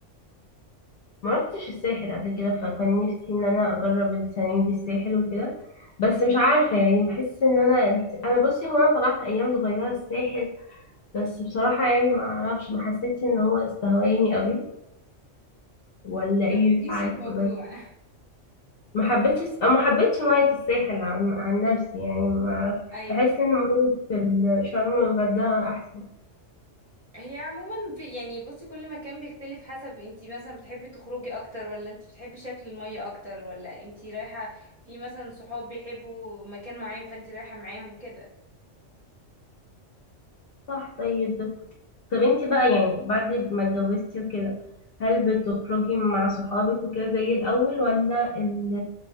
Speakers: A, on the left (about 60°); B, on the right (about 40°).
A: ما رحتش الساحل قبل كده فكان نفسي ان انا اجرب السنه دي الساحل وكده بس مش عارفه يعني بحس ان انا الس- انا بصي هو انا طلعت ايام صغيره الساحل بس بصراحه يعني ما اعرفش ما حسيتش ان هو استهواني قوي ولا ايه
B: حبيتيش
A: مش عارفه
B: الموضوع
A: بس ما حبيتش الس- أو ما حبيتش ميه الساحل عن, عن نفسي يعني ما اعرفش
B: <laughs> ايوه
A: بحس ان ميه الشرم والغردقه احسن
B: هي عموما في يعني بصي كل مكان بيختلف حسب انتي مثلا بتحبي تخرجي اكتر ولا انتي بتحبي شكل المية اكتر ولا انتي رايحة في مثلا صحاب بيحبوا مكان معين فانتي رايحة معاهم كده
A: صح طيب طب انت بقى يعني بعد ما اتجوزتي وكده هل بتخرجي مع صحابك وكده زي الأول ولا ال